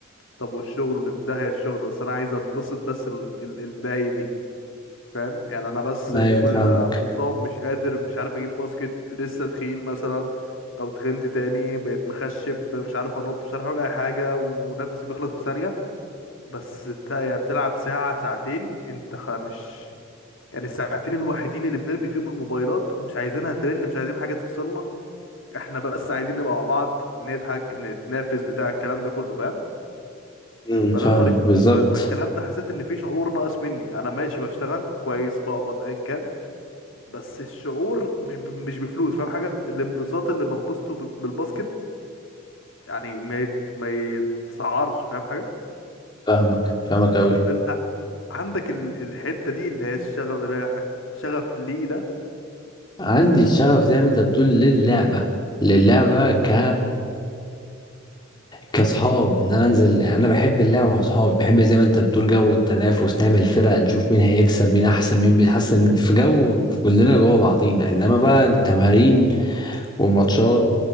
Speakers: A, on the left (about 70°); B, on the left (about 20°).
A: طب والشغل في داهية الشغل بس انا عايز انبسط بس ال ال الداي دي فاهم يعني انا بس كل
B: أيوه فاهمك
A: اللي مصاب مش قادر مش عارف اجيب باسكت لسه تخين مثلا او تخنت تاني بقيت مخشب مش عارف انط مش عارف اعمل اي حاجة ونفسي بيخلص في ثانية بس انت يعني بتلعب ساعة ساعتين انت خ- مش يعني الساعتين الوحيدين اللي بنرمي فيهم الموبايلات ومش عايزينها ترن مش عايزين حاجة تفصلنا احنا بس عايزين نبقى مع بعض نضحك نتنافس بتاع الكلام ده كله فاهم
B: امم
A: فلما
B: فاهمك
A: رج...
B: بالظبط
A: ف... فالكلام ده حسيت ان في شعور ناقص مني انا ماشي بشتغل كويس بقبض ايا كان بس الشعور مش ب... مش بفلوس فاهم حاجه الانبساط اللي بنبسطه بال- بالباسكت يعني ما يت... ما يتسعرش فاهم حاجه
B: فاهمك فاهمك أوي
A: فانت عندك ال... الحته دي اللي هي الشغف اللي هي ح- شغف ليه ده
B: عندي الشغف زي ما انت بتقول للعبة للعبة ك كاصحاب ان انا انزل يعني انا بحب اللعب مع اصحابي بحب زي ما انت بتقول جو التنافس نعمل فرق نشوف مين هيكسب مين احسن مين بيتحسن في جو كلنا جوه بعضينا انما بقى التمارين وماتشات